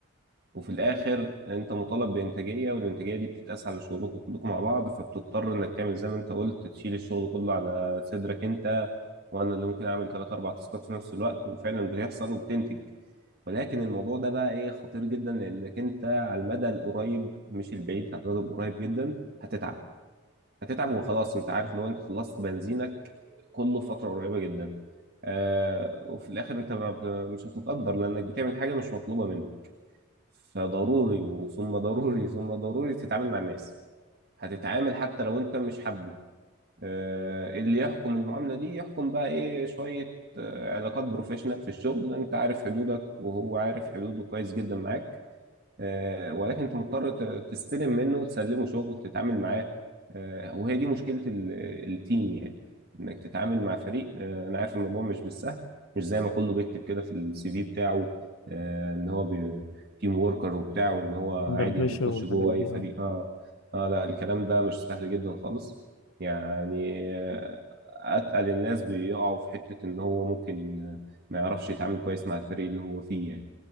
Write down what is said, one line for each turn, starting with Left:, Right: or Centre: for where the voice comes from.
Right: وفي الاخر انت مطالب بانتاجيه والانتاجيه دي بتتقاس على شغلكم كلكم مع بعض فبتضطر انك تعمل زي ما انت قلت تشيل الشغل كله على صدرك انت وانا اللي ممكن اعمل ثلاث اربع تاسكات في نفس الوقت وفعلا بيحصل وبتنتج ولكن الموضوع ده بقى ايه خطير جدا لانك انت على المدى القريب مش البعيد على المدى القريب جدا هتتعب هتتعب وخلاص انت عارف لو انت خلصت بنزينك كله في فتره قريبه جدا آه وفي الاخر انت ما ب- مش هتتقدر لانك بتعمل حاجه مش مطلوبه منك فضروري وثم ضروري ثم ضروري تتعامل مع الناس هتتعامل حتى لو انت مش حابه آه، اللي يحكم المعاملة دي يحكم بقى ايه شوية آه، علاقات بروفيشنال في الشغل انت عارف حدودك وهو عارف حدوده كويس جدا معاك آه، ولكن انت مضطر ت- تستلم منه وتسلمه شغل تتعامل معاه آه، وهي دي مشكلة ال- التيم يعني انك تتعامل مع فريق آه، انا عارف الموضوع مش بالسهل مش زي ما كله بيكتب كده في السي في بتاعه آه، ان هو بي- تيم وركر وبتاع وان هو عادي
Left: اندر بريشر
Right: يخش
Left: والحاجات
Right: جوه
Left: دي
Right: اي فريق
Left: اه
Right: اه اه لا الكلام ده مش سهل جدا خالص يعني آه، اتقل الناس بيقعوا في حتة ان هو ممكن آه، ما يعرفش يتعامل كويس مع الفريق اللي هو فيه يعني